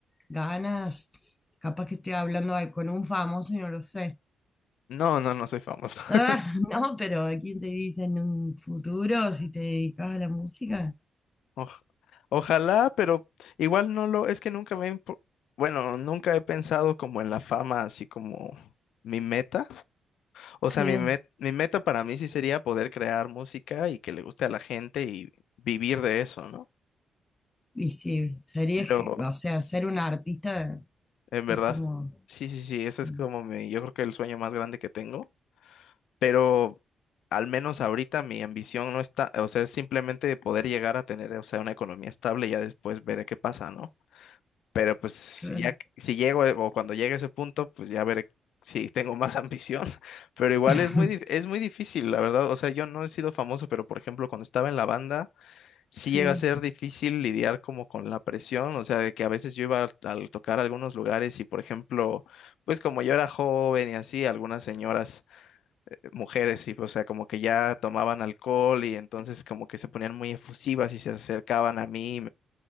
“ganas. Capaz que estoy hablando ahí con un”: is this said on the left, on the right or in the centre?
Left